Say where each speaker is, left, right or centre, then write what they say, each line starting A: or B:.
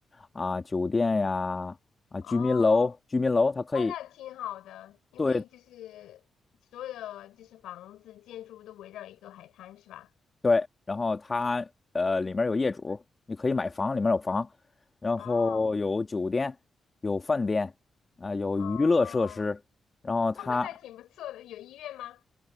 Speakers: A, on the left; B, on the left.
A: 啊酒店呀啊居民楼，
B: 哦
A: 居民楼它可以。
B: 哦，那挺好的，因为就是所有的就是房子建筑都围绕一个海滩是吧？
A: 对对，然后它呃里面有业主，你可以买房，里面有房，然后有酒店，
B: 哦
A: 有饭店，啊、有娱乐设施，
B: 哦
A: 然后它
B: <laughs> 那挺不错的。有医院吗？